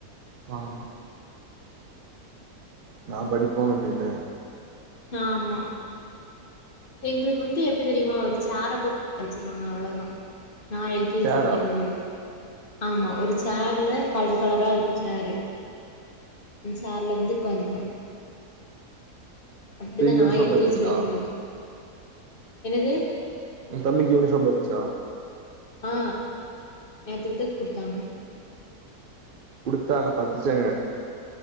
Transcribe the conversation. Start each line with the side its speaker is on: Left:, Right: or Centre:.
Right: ஆமா நா படிக்மோது அப்டி இல்ல
Left: ஆமா எங்களுக்கு வந்து எப்படி தெரியுமா ஒரு சேர போட்டு வச்சிருவாங்க அவ்வளோதான் நா எல் கே
Right: சேரா
Left: ஜி படிக்கும்போது ஆமா ஒரு சேர்ல கலர் கலரா இருக்கும் சேரு அந் சார்ல வந்து உட்காந்துக்க அப்டிதான்
Right: இது யூனிஃபார்ம்
Left: நா எல்
Right: பத்துச்சா
Left: கே ஜி படிக்கும்போது என்னது
Right: என் தம்பிக்கு இவ்வளோ சம்பச்சா
Left: ஆ நேத்தித்தா கொடுத்தாங்க
Right: கொடுத்தாங்க பத்துசாங்க